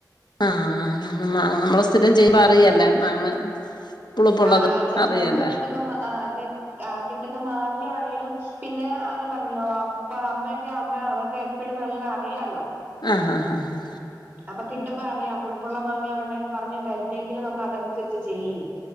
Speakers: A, on the left (about 80°); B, on the right (about 30°).
A: ആഹ് ആഹ് നമ്മളെ സ്ഥിരം ചെയ്യുമ്പോ അറിയാലോ മാങ്ങ പുളിപ്പുള്ളത്
B: ആഹ് ചെറ
A: അറിയാലോ
B: നമുക്ക് കിട്ടുന്ന അതെ കിട്ടുന്ന മാവിലെ ആണെങ്കിലും പിന്നെ ഞാൻ പറഞ്ഞല്ലോ അപ്പ അമ്മയൊക്കെ ആവുമ്പോ അവർക്ക് എപ്പഴും നല്ല അറിയാല്ലോ
A: ആഹ് ഹാ ഹാ ഹാഹ്
B: അപ്പൊ കിട്ടുമ്പോ അറിയാം പുളിപ്പുള്ള മാങ്ങാ പെണ്ണേന്ന് പറഞ്ഞ് തരുന്നതെങ്കിൽ നമ്മൾ അതനുസരിച്ച് ചെയ്യും